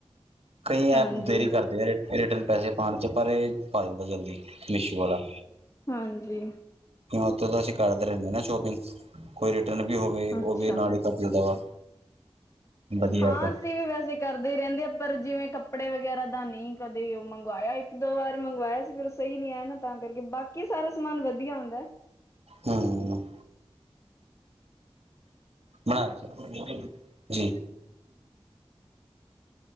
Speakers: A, on the right; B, on the left.
A: ਕਈ
B: ਹਾਂਜੀ
A: ਐਪ ਦੇਰੀ ਕਰਦੇ ਆ ਰਿਟਰਨ ਪੈਸੇ ਏ ਪਾਣ ਚ ਪਰ ਏ ਪਾ ਦਿੱਦੇ ਜਲਦੀ ਈ ਮਿਸ਼ੂ ਆਲਾ ਆ
B: ਹਾਂਜੀ
A: ਨਾ ਉਤੇ ਦਾ ਸੀ ਕਰਦੇ ਰਹਿੰਦੇ ਨਾ ਸ਼ੋਪਿੰਗ ਕੋਈ ਰਿਟਰਨ ਵੀ ਹੋਵੇ ਉਹ
B: ਅੱਛਾ
A: ਵੀ ਨਾਲ ਹੀ ਕਰ ਦੀ ਦਾ ਵਾ ਵਧੀਆ
B: ਹਾਂ
A: ਗੱਲ
B: ਅਸੀਂ ਵੀ ਵੈਸੇ ਏ ਕਰਦੇ ਰਹਿੰਦੇ ਆ ਪਰ ਜਿਵੇਂ ਕੱਪੜੇ ਵਗੈਰਾ ਦਾ ਨਹੀਂ ਕਦੇ ਏ ਮੰਗਵਾਇਆ ਇੱਕ ਦੋ ਵਾਰ ਮੰਗਵਾਇਆ ਸੀ ਫਿਰ ਪਰ ਸ ਸਹੀ ਨਹੀ ਨੀ ਆਇਆ ਤਾਂ ਕਰਕੇ ਬਾਕੀ ਸਾਰਾ ਸਮਾਨ ਵਧੀਆ ਹੁੰਦਾ ਐ
A: ਹੂੰ ਬਣਾ ਓ ਫਿਰ ਜੀ ਈ